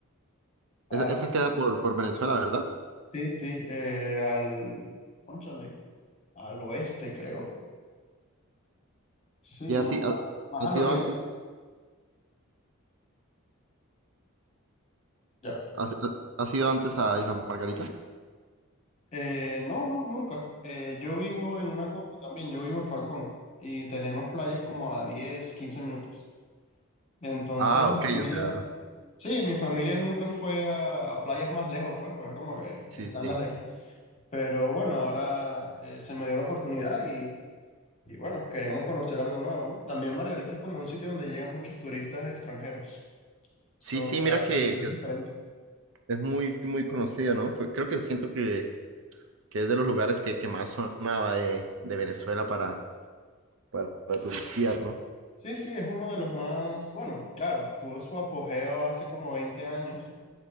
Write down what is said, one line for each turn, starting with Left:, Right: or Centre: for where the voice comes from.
Left: Ah,
Right: Esa, esa queda por, por Venezuela, ¿verdad?
Left: sí, sí, eh, al, cónchale, al oeste creo. Sí,
Right: ¿Y así
Left: más, más-
Right: ha,
Left: más
Right: ha
Left: al
Right: sido
Left: oriente.
Right: antes?
Left: Ya.
Right: ¿Ha, si- ha sido antes a Isla Margarita?
Left: Eh, no, no, nunca. Eh, yo vivo en una costa también, yo vivo en Falcón y tenemos playas
Right: Sí.
Left: como a 10, 15 minutos. Entonces,
Right: Ah,
Left: mi
Right: ok,
Left: familia,
Right: o sea,
Left: sí, mi familia nunca fue a, a playas más lejos, pues, pues como que
Right: sí,
Left: están
Right: sí.
Left: las de aquí. Pero bueno, ahora eh, se me dio la oportunidad y, y bueno, queríamos conocer algo nuevo, ¿no? También Margarita es como un sitio donde llegan muchos turistas extranjeros. So,
Right: Sí, sí,
Left: la,
Right: mira que,
Left: la vibra
Right: que
Left: es
Right: es,
Left: diferente.
Right: es muy, muy conocido, ¿no? Fue- creo que siento que, que es de los lugares que, que más sonaba de, de Venezuela para, para, para turistear, ¿no?
Left: Sí, sí, es uno de los más, bueno, claro, tuvo su apogeo hace como 20 años,